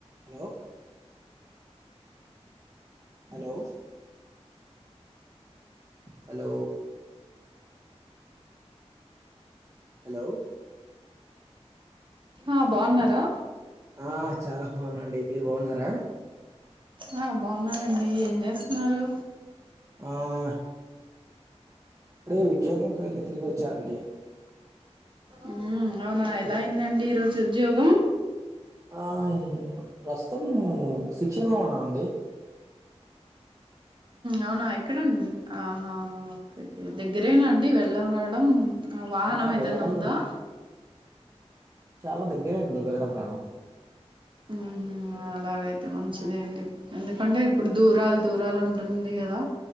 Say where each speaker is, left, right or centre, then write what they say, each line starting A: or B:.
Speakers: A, on the right; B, on the right.
A: హలో హలో హలో హలో
B: ఆ బాగున్నారా
A: ఆ చాలా బాగున్నాండి. మీరు బాగున్నారా.
B: ఆ బాగున్నానండి. ఏం చేస్తున్నారు.
A: ఆ. ఇప్పుడే ఉద్యోగం వెళ్ళి తిరిగి వచ్చానండి.
B: ఉమ్ అవునా ఎలా అయిందండి ఈరోజు ఉద్యోగం.
A: ఆ ప్రస్తుతం శిక్షణ లో ఉన్నానండి.
B: అవునా ఎక్కడండి ఓకే ఓకే దగ్గరేనా అండి వెళ్ళడం రావడం. వాహనం
A: ఆ
B: ఏదైనా
A: వెళ్ళడం
B: ఉందా.
A: చాలా దగ్గరే అండి వెళ్లడం రాను.
B: ఉహు అలాగైతే మంచిదే అండి ఎందుకంటే ఇప్పుడు దూరాలు దూరాలు ఉంటుంది కదా.